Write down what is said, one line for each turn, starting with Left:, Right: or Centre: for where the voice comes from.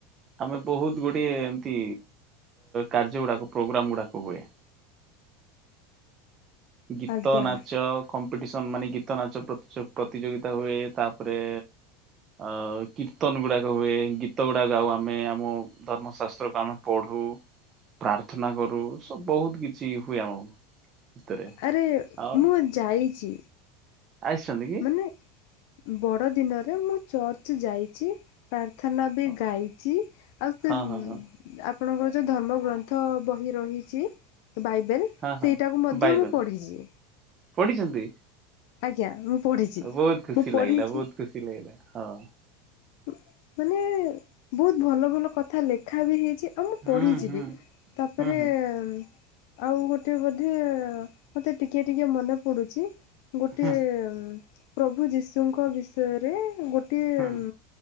Right: ଆମେ ବହୁତ ଗୁଡ଼ିଏ ଏମିତି କାର୍ଯ୍ୟ ଗୁଡ଼ାକ ପ୍ରୋଗ୍ରାମ୍ ଗୁଡ଼ାକ ହୁଏ। ଗୀତ,
Left: ଆଜ୍ଞା।
Right: ନାଚ କମ୍ପିଟିସନ୍ ମାନେ ଗୀତ ନାଚ ପ୍ର-ପ୍ରତିଯୋଗିତା ହୁଏ। ତା ପରେ ଆଉ କୀର୍ତ୍ତନ ଗୁଡାକ ହୁଏ। ଗୀତ ଗୁଡାକ ଗାଉ ଆମେ। ଆମ ଧର୍ମଶାସ୍ତ୍ରକୁ ଆମ ପଢ଼ୁ, ପ୍ରାର୍ଥନା କରୁ। ସବ୍ ବହୁତ କିଛି ହୁଏ। ଆମ ଭିତରେ
Left: ଆରେ
Right: ଆଉ
Left: ମୁଁ ଯାଇଛି।
Right: ଆସିଛନ୍ତି କି?
Left: ନେ ବଡ ଦିନରେ ମୁଁ ଚର୍ଚ୍ଚ ଯାଇଛି। ପ୍ରାର୍ଥନା ବି
Right: ହଁ
Left: ଗାଇଛି ଆଉ ସେ
Right: ହଁ
Left: ଉଁ,
Right: ହଁ ହଁ
Left: ଆପଣଙ୍କର ଯୋଉ ଧର୍ମ ଗ୍ରନ୍ଥ ବହି ରହିଛି ଏ ବାଇବେଲ।
Right: ହଁ ହଁ
Left: ସେଇଟାକୁ ମଧ୍ୟ
Right: ବାଇବେଲ
Left: ମୁଁ ପଢିଛି।
Right: ପଢିଛନ୍ତି?
Left: ଆଜ୍ଞା ମୁଁ ପଢ଼ିଛି
Right: ବହୁତ ଖୁସି
Left: ମୁଁ
Right: ଲାଗିଲା,
Left: ପଢ଼ିଛି
Right: ବହୁତ ଖୁସି ଲାଗିଲା ହଁ।
Left: ହୁଁ, ମାନେ ବହୁତ ଭଲ ଭଲ କଥା ଲେଖା ବି ହେଇଛି। ଆଉ ମୁଁ
Right: ହୁଁ
Left: ପଢ଼ିଛି
Right: ହୁଁ
Left: ବି ତାପରେ
Right: ହୁଁ ହୁଁ
Left: ଉଁ, ଆଉ ଗୋଟେ ବୋଧେ ମୋତେ ଟିକେ ଟିକେ ମନେ ପଡୁଛି। ଗୋଟେ
Right: ହୁଁ
Left: ଉଁ, ପ୍ରଭୁ ଯୀଶୁଙ୍କ ବିଷୟରେ ଗୋଟିଏ
Right: ହୁଁ
Left: ଉଁ,